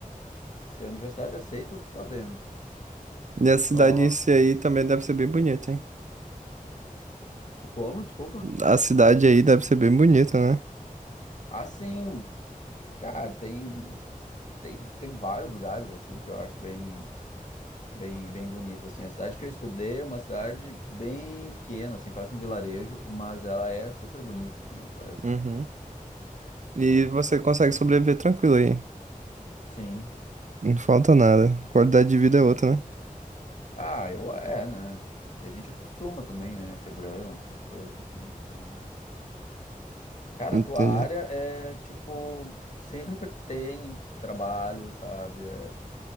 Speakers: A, on the left; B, on the right.
A: se a universidade aceita, tu tá dentro.
B: E a cidade
A: Só
B: em si aí também deve ser bem bonita, hein?
A: como, desculpa?
B: A cidade aí deve ser bem bonita, né?
A: Ah, sim. Cara, tem, tem, tem vários lugares aqui que eu acho bem, bem, bem bonito, assim. A cidade que eu estudei é uma cidade bem pequena, assim, parece um vilarejo, mas ela é super bonita, assim, ela parece...
B: Uhum. E
A: ah,
B: você
A: parece-
B: consegue sobreviver tranquilo aí.
A: Sim.
B: Não falta nada. Qualidade de vida é outra, né?
A: Ah, eu... É, né? E a gente acostuma também, né? Segurança, essas coisas assim, então... Cara,
B: Entendi.
A: a tua área é, tipo, <laughs> sempre tem trabalho, sabe? É,